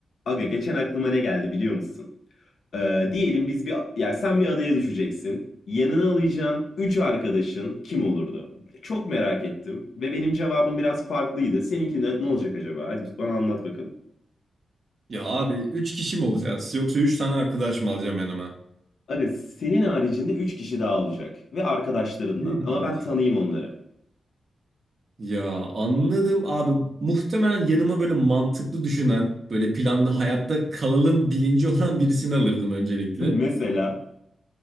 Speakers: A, on the left; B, on the right.
A: Aga geçen aklıma ne geldi biliyor musun? Ee, diyelim biz bir yani sen bir adaya düşeceksin. Yanına alacağın 3 arkadaşın kim olurdu? Çok merak ettim ve benim cevabım biraz farklıydı. Seninki ne, ne olacak acaba? Hadi biz- bana anlat bakalım.
B: Ya abi 3 kişi mi olacağız yoksa 3 tane arkadaş mı alacağım yanıma?
A: Aga senin haricinde 3 kişi daha olacak ve arkadaşlarından
B: Benim
A: ama
B: harici.
A: ben tanıyayım onları.
B: Ya anladım abi. Muhtemelen yanıma böyle mantıklı düşünen, böyle planlı hayatta kalalım bilinci olan birisini alırdım öncelikle.
A: <laughs> Mesela